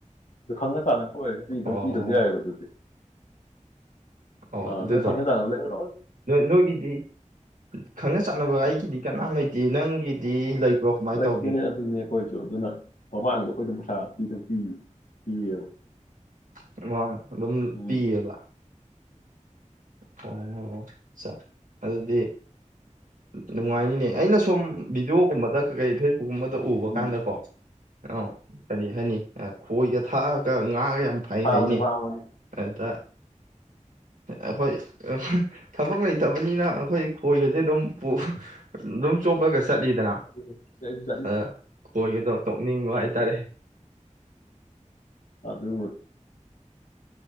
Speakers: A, on the left (about 80°); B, on the right (about 85°).
A: ꯑꯗꯨ ꯈꯪꯅ ꯆꯥꯟꯅꯕ꯫ ꯍꯣꯏ <unintelligible> ꯑꯗꯨꯝ
B: ꯑꯣ
A: ꯄꯤꯗꯕꯁꯨ ꯌꯥꯏꯌꯦꯕ ꯑꯗꯨꯗꯤ꯫
B: ꯑꯣ
A: ꯑꯥ
B: ꯑꯗꯨꯗꯣ
A: ꯅꯣꯏ ꯈꯪꯅ ꯆꯥꯟꯅꯕ ꯂꯩꯇ꯭ꯔꯣ
B: ꯅꯣꯏꯒꯤꯗꯤ꯫ ꯈꯪꯅ ꯆꯥꯅꯕ ꯑꯩꯒꯤꯗꯤ ꯀꯅꯥꯝ ꯂꯩꯇꯦ ꯅꯪꯒꯤꯗꯤ ꯂꯩꯕ꯭ꯔꯣ ꯀꯃꯥꯏꯅ
A: ꯂꯩꯇꯦꯅꯦ
B: ꯇꯧꯒꯦ
A: ꯑꯗꯨꯅꯦ ꯑꯩꯈꯣꯏꯁꯨ ꯑꯗꯨꯅ ꯃꯃꯥꯡꯒꯤꯗ ꯑꯩꯈꯣꯏ ꯑꯗꯨ ꯄꯩꯁꯥꯥ꯫ <unintelligible> ꯄꯤꯌꯦꯕ꯫
B: <unintelligible> ꯑꯗꯨꯝ
A: ꯎꯝ
B: ꯄꯤꯌꯦꯕ꯫ ꯑꯣ <unintelligible> ꯆ ꯑꯗꯨꯗꯤ꯫ ꯅꯨꯡꯉꯥꯏꯅꯤꯅꯦ ꯑꯩꯅ ꯁꯨꯝ ꯚꯗꯤꯑꯣꯒꯨꯝꯕꯗ ꯀꯩꯀꯩ ꯐꯦꯁ ꯒꯨꯝꯕꯗ ꯎꯕ
A: ꯎꯝ
B: ꯀꯥꯟꯗꯀꯣ꯫ ꯑ ꯀꯔꯤ ꯍꯥꯏꯅꯤ ꯈꯣꯏꯒ ꯊꯥꯛꯑꯒ ꯉꯥꯒ ꯌꯥꯝ꯫ ꯐꯩ
A: ꯐꯥꯕꯅꯤ
B: ꯍꯥꯏꯅꯦ
A: ꯐꯥꯕꯅꯤ
B: ꯑꯗ꯫ ꯑꯩꯈꯣꯏ ꯊꯕꯛ ꯂꯩꯇꯕꯅꯤꯅ꯫ ꯑꯩꯈꯣꯏ ꯈꯣꯏꯒꯁꯦ ꯑꯗꯨꯝ ꯑꯗꯨꯝ ꯆꯣꯞꯄꯒ ꯆꯠꯂꯤꯗꯅ
A: ꯑꯗꯨꯅꯤ ꯁꯤ ꯑꯩꯁꯨ ꯆꯠꯅꯤꯡ
B: ꯑꯗ ꯈꯣꯏꯒꯗꯣ꯫ ꯇꯣꯛꯅꯤꯡꯕ ꯍꯥꯏꯇꯥꯔꯦ꯫
A: ꯑꯗꯨ꯫